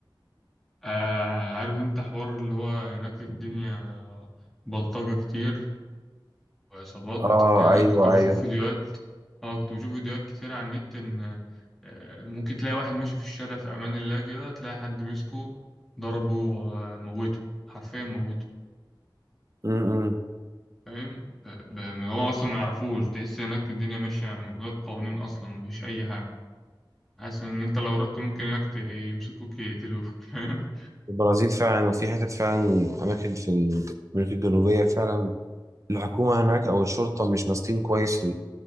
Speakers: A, in the centre; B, on the right.
A: آه، عارف أنت حوار اللي هو هناك الدنيا بلطجة كتير وإصابات
B: آه
A: يعني أنا
B: أيوه
A: كنت بشوف
B: أيوه
A: فيديوهات أه كنت بشوف فيديوهات كتير على النت إن آه، ممكن تلاقي واحد ماشي في الشارع في أمان الله كده تلاقي حد مسكه ضربه آه، موته حرفيا موته
B: م -م.
A: فاهم ب- ب- هو أصلا ما يعرفوش تحس هناك الدنيا ماشية من غير قوانين أصلا مفيش أي حاجة حاسس إن أنت لو رحت ممكن هناك يمسكوك يقتلوك <laughs> فاهم
B: البرازيل فعلا وفي حتت فعلا أماكن في أمريكا الجنوبية فعلا الحكومة هناك أو الشرطة مش ماسكين كويس